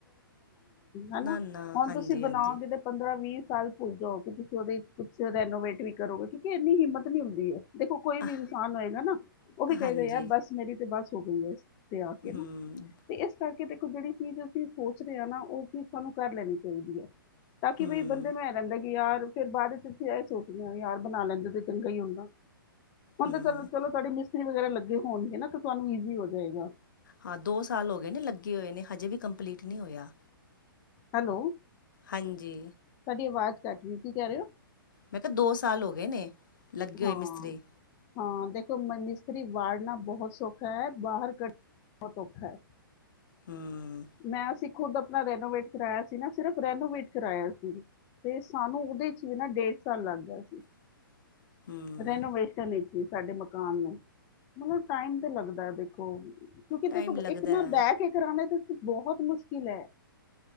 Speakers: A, on the left; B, on the left.
A: ਹੈਨਾ
B: ਨਾ ਨਾ
A: ਹੁਣ
B: ਹਾਂਜੀ
A: ਤੁਸੀਂ ਬਣਾਓਗੇ
B: ਹਾਂਜੀ
A: ਤਾ, ਪੰਦਰਾਂ ਵੀਹ ਸਾਲ ਭੁੱਲ ਜਾਓ। ਕਿ ਤੁਸੀ ਉਹਦੇ ਚ ਕੁਛ ਰੈਨੋਵੇਟ ਵੀ ਕਰੋਗੇ। ਕਿਉਂਕਿ, ਇੰਨੀ ਹਿੰਮਤ ਨਈ ਹੁੰਦੀ ਏ। ਦੇਖੋ, ਕੋਈ
B: ਅਹ
A: ਵੀ ਇਨਸਾਨ, ਹੋਏਗਾ ਨਾ ਉਹ ਵੀ ਕਹਿਗਾਏ
B: ਹਾਂਜੀ
A: ਯਾਰ ਬਸ, ਮੇਰੀ ਤੇ ਬਸ ਹੋ ਗਈਏ। ਤੇ ਆ ਕੇ ਨਾ
B: ਹੂੰ
A: ਤੇ ਇਸ ਕਰਕੇ? <unintelligible> ਕਿ ਦੇਖੋ, ਜੇਹੜੀ ਚੀਜ਼ ਅਸੀਂ ਸੋਚ ਰਹੇ ਹਾਂ ਨਾ, ਉਹੀ ਸਾਨੂੰ ਕਰ ਲੈਣੀ ਚਾਹੀਦੀ ਹੈ। ਤਾਂ ਕਿ,
B: ਹੂੰ
A: ਬਈ ਬੰਦੇ ਨੂੰ ਇਹ ਰਹਿੰਦਾ ਕਿ ਯਾਰ, ਫਿਰ ਬਾਅਦ ਵਿੱਚ ਅਸੀ ਇਹ ਸੋਚਦੇ ਆ ਯਾਰ ਬਣਾ ਲੈਂਦੇ ਤੇ ਚੰਗਾ ਹੀ ਹੁੰਦਾ, ਹੁਣ
B: ਹੂੰ
A: ਤੇ ਚ ਚਲੋ -ਚਲੋ ਤੁਹਾਡੀ ਮਿਸ ਪੱਤੇ, ਵਗੈਰਾ ਲੱਗੇ ਹੋਣਗੇ ਨਾ, ਤੁਹਾਨੂੰ ਈਜ਼ੀ ਹੋ ਜਾਏਗਾ।
B: ਹਾਂ, ਦੋ ਸਾਲ ਹੋ ਗਏ ਨੇ ਲੱਗੇ ਹੋਏ ਨੇ। ਹਜੇ ਵੀ ਕੰਪਲੀਟ ਨਹੀਂ ਹੋਇਆ।
A: ਹੈਲੋ।?
B: ਹਾਂਜੀ।
A: ਤੁਹਾਡੀ, ਆਵਾਜ਼ ਕੱਟ ਰਹੀ। ਕਿ ਕਹਿ ਰਹੇ ਹੋ?
B: ਮੈਂ ਕਿਹਾ, ਦੋ ਸਾਲ ਹੋ ਗਏ ਨੇ, ਲੱਗੇ
A: ਹਾਂ
B: ਹੋਏ ਮਿਸਤਰੀ।
A: ਹਾਂ ਦੇਖੋ, ਮਿਸਤਰੀ ਵਾੜਨਾ ਬਹੁਤ ਸੌਖਾ ਹੈ। ਬਾਹਰ ਕੱਢ ਬਹੁਤ ਔਖਾ ਹੈ।
B: ਹੂੰ
A: ਮੈਂ ਅਸੀ ਖੁਦ ਆਪਣਾ ਰੈਨੋਵੇਟ ਕਰਾਯਾ ਸੀ ਨਾ ਸਿਰਫ ਰੈਨੋਵੇਟ ਕਰਾਯਾ ਸੀ, ਤੇ ਸਾਨੂੰ ਉਹਦੇ ਚ ਵੀ ਨਾ ਡੇਢ ਸਾਲ, ਲੱਗ ਗਿਆ ਸੀ।
B: <unintelligible> ਹੂੰ
A: ਰੈਨੋਵੇਟ, ਕਰਨੀ ਸੀ ਸਾਡੇ ਮਕਾਨ ਨੂੰ, ਮਤਲਬ ਟਾਈਮ ਤੇ ਲੱਗਦਾ ਦੇਖੋ। ਕਿਉਂਕਿ
B: ਟਾਈਮ
A: ਦੇਖੋ
B: ਲੱਗਦਾ
A: ਇੱਕ ਨਾ
B: ਹੈ।
A: ਬਹਿ ਕੇ ਕਰਾਉਦਾ ਤੇ। ਬਹੁਤ ਮੁਸ਼ਕਿਲ ਹੈ